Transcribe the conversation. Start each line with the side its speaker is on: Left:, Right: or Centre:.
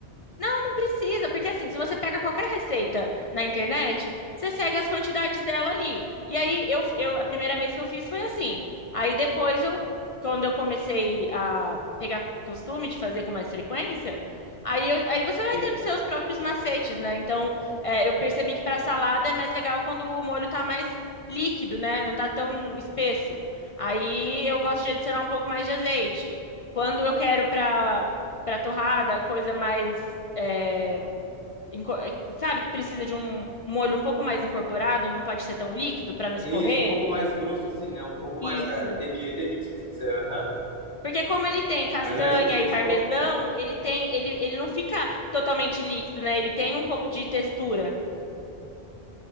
Left: Não, não precisa, porque assim, se você pega qualquer receita na internet, você segue as quantidades dela ali. E aí, eu, fu- eu, a primeira vez que eu fiz foi assim. Aí depois eu, quando eu comecei a pegar costume de fazer com mais frequência, aí, eu- aí você vai
Right: Sim.
Left: tendo seus próprios macetes, né? Então, é, eu percebi que para salada é mais legal quando o molho tá mais líquido, né? Não tá tão espesso. Aí eu gosto de adicionar um pouco mais de azeite. Quando eu quero para para torrada, coisa mais, é, inco- é, sabe, que precisa de um molho um pouco mais incorporado, não pode ser tão líquido para não escorrer.
Right: Isso, um pouco mais grosso assim, né? Um pouco mais.
Left: Isso.
Right: é, entendi, entendi o que você quiser. aham.
Left: Porque como ele tem castanha
Right: Mas aí, você- aí
Left: e parmesão,
Right: você coloca.
Left: ele tem, ele, ele não fica totalmente líquido, né? Ele tem um pouco de textura.